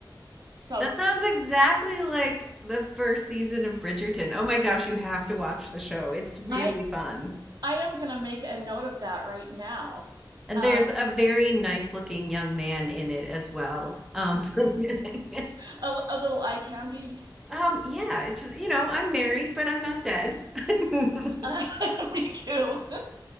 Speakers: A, on the right; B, in the centre.
A: So
B: That sounds exactly like the first season of Bridgerton. Oh my gosh, you have to watch the show. It's really
A: I,
B: fun.
A: I am going to make a note of that right now.
B: And
A: Um,
B: there's a very nice looking young man in it as well. Um, <laughs>
A: a, a little eye candy.
B: um, yeah, it's, you know, I'm married, but I'm not dead. <laughs> That's
A: Uh, <laughs> me too. <laughs>